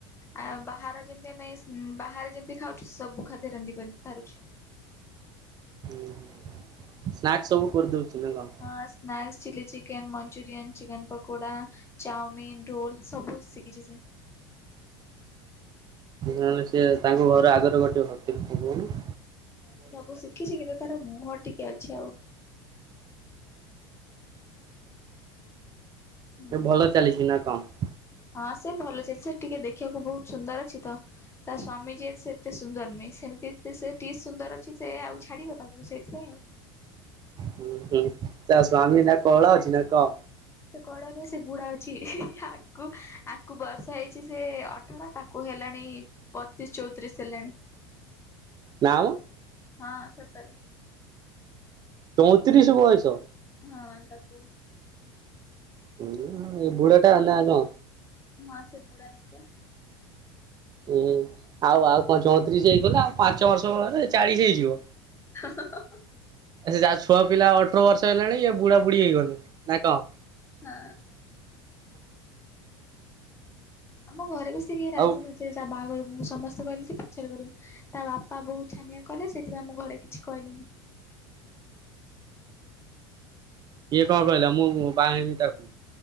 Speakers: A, on the left; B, on the right.
A: ଆ ବାହାର ଯେମିତି ଆମେ ସ ବାହାରେ ଯେମିତି ଖାଉଛୁ ସବୁ ଖାଦ୍ୟ ରାନ୍ଧି ପାରୁଛି।
B: ହୁଁ ହୁଁ ସ୍ନାକ୍ସ ସବୁ କରିଦଉଛି ନା କଣ?
A: ହଁ snacks chilli chicken Manchurian chicken pakoda chowmein roll ସବୁ ଶିକିଛି ସେ।
B: ନହେଲେ ସେ ତାଙ୍କ ଘର ଆଗରେ ଗୋଟେ ହୋଟେଲ୍ ଖୋଲିବନି?
A: ହଁ ସେ ସବୁ ଶିଖିଛି କିନ୍ତୁ ତାର ମୁହଁ ଟିକେ ଅଛି ଆଉ। ହୁଁ
B: ଏ ଭଲ ଚାଲିଚି ନାଁ କଣ?
A: ହଁ ସେ ଭଲ ଚିଲ ସେ ଟିକେ ଦେଖିବାକୁ ବହୁତ ସୁନ୍ଦର ଅଛି ତ ତା ସ୍ଵାମୀ। ଯିଏ ସେ ଏତେ ସୁନ୍ଦର ନୁହେଁ ସେମିତି ସେ ଟିକେ ସୁନ୍ଦର ଅଛି ସେ ଆଉ ଛାଡିବ ତାକୁ ସେଇଥିପାଇଁ ଆଉ।
B: ହୁଁ ହୁଁ ତା ସ୍ୱାମୀ ନା କଳା ଅଛି ନା କ
A: ସେ କଳା ନୁହେଁ ସେ ବୁଢା ଅଛି ଆ ଆକୁ ବୟସ ହେଇଛି ସେ ଅ ଠର ତାକୁ ହେଲାଣି ବତିଶ ଚଉତିରିଶ ହେଲାଣି।
B: ନା ମ।
A: ହଁ ସତରେ।
B: ଚଉତିରିଶ ବୟସ?
A: ହଁ ତାକୁ।
B: ହୁଁ ଏ ବୁଢା ଟା ନା କଁ।
A: ନାଁ ସେ ହେଇନି ବା।
B: ଉଁ ଆଉ ଆଉ କଁ ଚଉତିରିଶ ହେଇଗଲା ଆଉ ପାଞ୍ଚ ବର୍ଷ ବଡ ହେଲେ ଚାଳିଶ ହେଇଯିବ।
A: ହଁ ହଁ ହଁ।
B: ଏ ସେ ଯାହା ଛୁଆ ପିଲା ଅଠର ବର୍ଷ ହେଲେଣି ଇଏ ବୁଢା ବୁଢୀ ହେଇଗଲେ ନା କଁ।
A: ହଁ। ଆମ ଘରେ ବି ସେଇ ରାଜି
B: ଆଉ
A: ନଥିଲେ ତା ବାହାଘରକୁ ସମସ୍ତେ କହିଲେ କି ପଛରେ କରିବୁ। ତା ବାପା ବୋଉ ଛାନିଆ କଲେ ସେଇଥି ପାଇଁ ଆମ ଘରେ କିଛି କହିଲେନି।
B: ଇଏ କଁ କହିଲା ମୁଁ ବାହା ହେମି ତାକୁ?